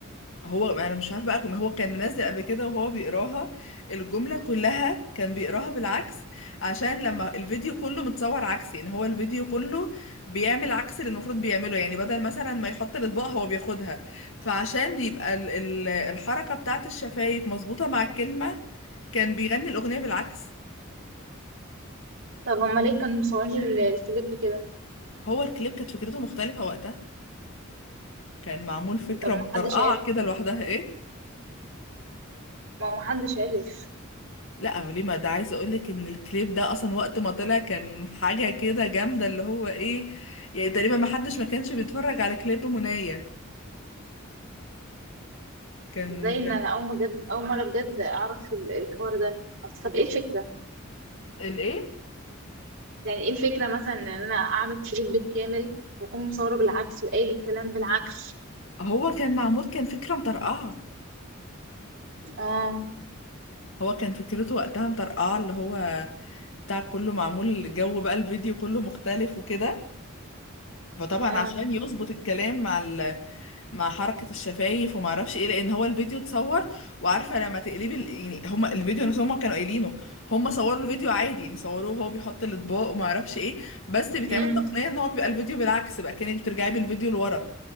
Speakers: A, on the left; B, on the right.
A: هو ما انا مش عارفه بقى هو كان منزل قبل كده وهو بيقراها الجمله كلها كان بيقراها بالعكس عشان لما الفيديو كله متصور عكسي يعني هو الفيديو كله بيعمل عكس اللي المفروض بيعمله يعني بدل مثلا ما يحط الاطباق هو بياخدها فعشان يبقى ال ال الحركه بتاعت الشفايف مظبوطه مع الكلمه كان بيغني الاغنيه بالعكس
B: طب هما ليه كانوا مصورين ال- الكليب كده
A: هو الكليب كانت فكرته مختلفه وقتها كان معمول فكره
B: طب ما
A: مطرقعه
B: حدش عارف
A: كده لوحدها ايه
B: ما هو ما حدش عارف
A: لا ليه ما ده عايزه اقولك ان الكليب ده اصلا وقت ما طلع كان حاجه كده جامده اللي هو ايه يعني تقريبا ما حدش ما كانش بيتفرج على كليب منايا كان
B: ازاي
A: كان
B: ان انا اول بجد اول مره بجد اعرف ال- الحوار ده اصل طب ايه الفكره
A: الايه
B: يعني ايه الفكره مثلا ان انا اعمل كليب كامل واكون مصوره بالعكس وقايل الكلام بالعكس
A: هو كان معمول كان فكره مطرقعه
B: اه
A: هو كان فكرته وقتها مطرقعه اللي هو بتاع كله معمول الجو بقى الفيديو كله مختلف وكده فطبعا
B: اه
A: عشان يظبط الكلام مع ال مع حركة الشفايف وما اعرفش ايه لان هو الفيديو اتصور وعارفة لما تقلبي ال- يعني هما الفيديو نفسهم هما كانوا قايلينه هما صوروا الفيديو عادي يعني صوروه وهو بيحط الاطباق وما اعرفش ايه بس بيتعمل
B: امم
A: تقنية ان هو بيبقى الفيديو بالعكس بقى كانك بترجعي بالفيديو لورا